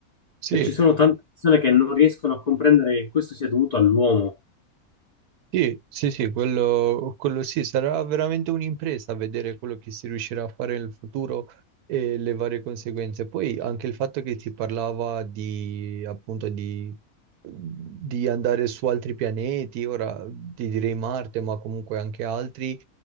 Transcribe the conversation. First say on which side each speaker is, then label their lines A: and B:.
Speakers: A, on the right; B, on the left.
A: Sì.
B: e ci sono tante persone che non riescono a comprendere che questo sia dovuto all'uomo.
A: Sì, sì, sì, quello, quello sì, sarà veramente un'impresa vedere quello che si riuscirà a fare nel futuro e le varie conseguenze. Poi anche il fatto che si parlava di, appunto, di, di andare su altri pianeti, ora ti direi Marte, ma comunque anche altri,